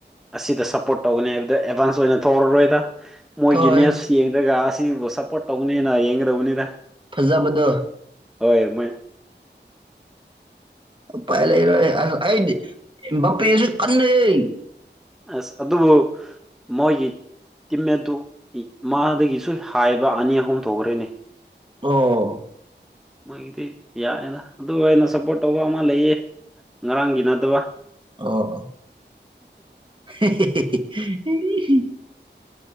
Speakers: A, in the centre; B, on the right.
A: ꯑꯁꯤꯗ ꯁꯞꯄꯣꯔꯠ ꯇꯧꯒꯅꯤ ꯍꯥꯏꯕꯗ ꯑꯦꯗꯚꯥꯟꯁ ꯑꯣꯏꯅ ꯊꯣꯛꯔꯔꯣꯏꯗ ꯃꯣꯏꯒꯤ
B: ꯊꯣꯏ
A: ꯃꯦꯁ ꯌꯦꯡꯗ꯭ꯔꯒ ꯑꯁꯤꯕꯨ ꯁꯞꯄꯣꯔꯠ ꯇꯧꯒꯅꯦꯅ ꯌꯦꯡꯒꯗꯧꯕꯅꯤꯗ
B: ꯐꯖꯕꯗꯨ
A: ꯍꯣꯏ ꯃꯣꯏ
B: ꯎꯄꯥꯏ ꯂꯩꯔꯣꯏ ꯑꯁ ꯑꯩꯗꯤ ꯏꯝꯕꯥꯞꯄꯦꯖꯨ ꯀꯟꯂꯦꯍꯦ
A: ꯑꯁ ꯑꯗꯨꯕꯨ ꯃꯣꯏꯒꯤ ꯇꯤꯝꯃꯦꯠꯇꯨ ꯃꯥꯗꯒꯤꯁꯨ ꯍꯥꯏꯕ ꯑꯅꯤ ꯑꯍꯨꯝ ꯊꯣꯛꯔꯦꯅꯦ
B: ꯑꯣ
A: ꯃꯣꯏꯒꯤꯗꯤ ꯌꯥꯑꯦꯅ ꯑꯗꯨꯒ ꯑꯩꯅ ꯁꯞꯄꯣꯔꯠ ꯇꯧꯕ ꯑꯃ ꯂꯩꯌꯦ ꯉꯔꯥꯡꯒꯤ ꯅꯠꯇꯕ
B: ꯑꯣ ꯍꯦꯍꯦꯍꯦꯍꯤ ꯑꯦ